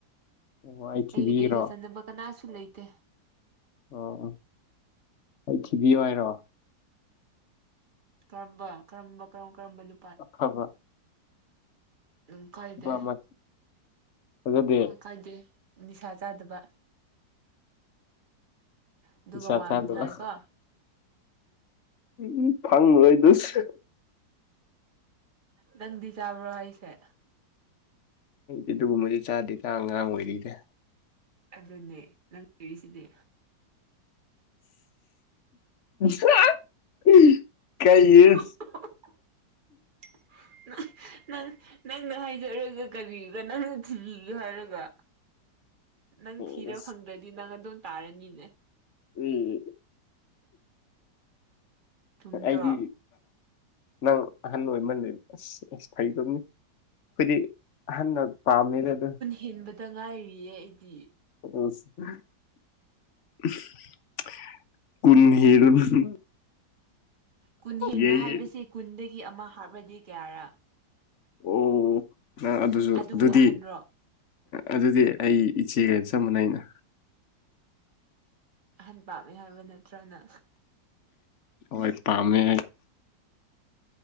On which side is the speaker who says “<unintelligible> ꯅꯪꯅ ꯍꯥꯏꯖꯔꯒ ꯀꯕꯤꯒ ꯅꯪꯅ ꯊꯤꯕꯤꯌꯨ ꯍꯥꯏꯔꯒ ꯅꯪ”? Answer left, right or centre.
Right